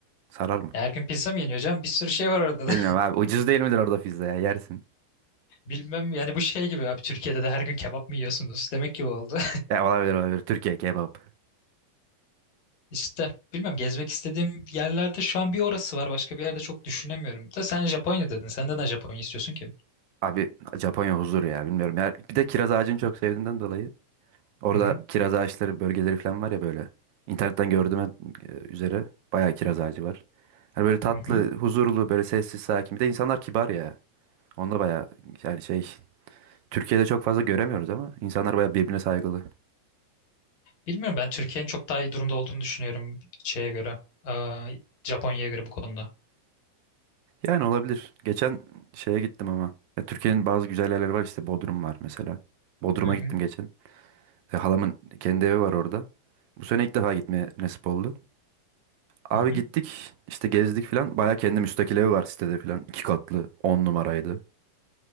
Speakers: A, on the right; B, on the left.
A: Sarar mı?
B: her gün pizza mı yeniyor canım? Bir sürü şey var orada
A: Bilmiyorum
B: da.
A: abi ucuz değil midir orada pizza ya yersin.
B: <laughs> Bilmem yani bu şey gibi abi Türkiye'de de her gün kebap mı yiyorsunuz? Demek ki bu oldu.
A: Ya olabilir olabilir. Türkiye kebap.
B: İşte bilmiyorum gezmek istediğim yerlerde şu an bir orası var. Başka bir yerde çok düşünemiyorum. Da sen Japonya dedin. Sen neden Japonya istiyorsun ki?
A: Abi Japonya huzur ya bilmiyorum. Ya, bir de kiraz ağacını çok sevdiğimden dolayı. Orada
B: Hı hı,
A: kiraz ağaçları bölgeleri falan var ya böyle. İnternetten gördüğüme e, üzere bayağı kiraz ağacı var. Hani böyle tatlı,
B: hı hı.
A: huzurlu, böyle sessiz, sakin. Bir de insanlar kibar ya. Onda bayağı yani şey Türkiye'de çok fazla göremiyoruz ama insanlar bayağı birbirine saygılı.
B: Bilmiyorum ben Türkiye'nin çok daha iyi durumda olduğunu düşünüyorum şeye göre. Aa, Japonya'ya göre bu konuda.
A: Yani olabilir. Geçen şeye gittim ama. Ya, Türkiye'nin bazı güzel yerleri var işte Bodrum var mesela. Bodrum'a
B: Hı hı,
A: gittim geçen. E, halamın kendi evi var orada. Bu sene ilk defa gitmeye nasip oldu. Abi
B: hı hı.
A: gittik işte gezdik filan. Baya kendi müstakil evi var sitede filan. İki katlı on numaraydı.